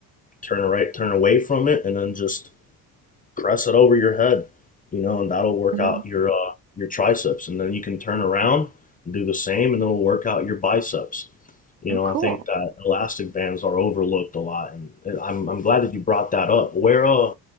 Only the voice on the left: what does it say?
turn right, turn away from it, and then just press it over your head, you know, and that'll work
out your uh, your triceps, and then you can turn around and do the same, and it'll work out your biceps. You
know,
I think that elastic bands are overlooked a lot, and I'm I'm glad that you brought that up. Where uh,